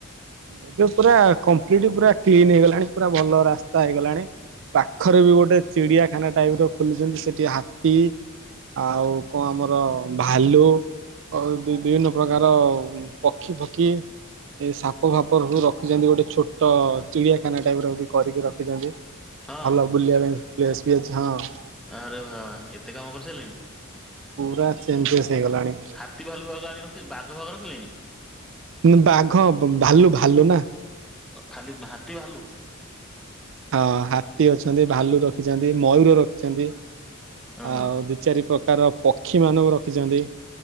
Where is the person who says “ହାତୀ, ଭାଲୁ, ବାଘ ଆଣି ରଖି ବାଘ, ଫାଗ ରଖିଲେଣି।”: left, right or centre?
Centre